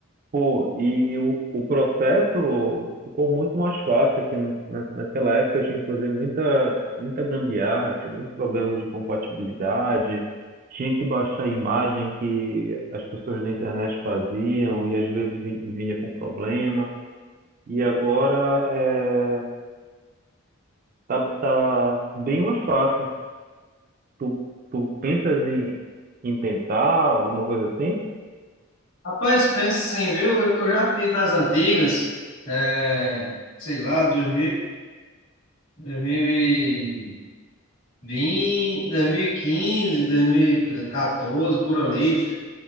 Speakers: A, on the right; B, on the left.
A: Pô, e o, o processo ficou muito mais fácil que na- naquela época eu tinha que fazer muita, muita gambiarra, tinha muitos problemas de compatibilidade, tinha que baixar a imagem que as pessoas da internet faziam e às vezes vi- vinha com problema. E agora é, tá, tá bem mais fácil. Tu, tu pensas em, em tentar alguma coisa assim?
B: Rapaz, pensa assim, viu? Eu, eu já fiz nas antigas, eh, sei lá, dois dois dois mil mil mil e quinze, dois mil e vinte 2000, 2020, 2015, 2014, por ali.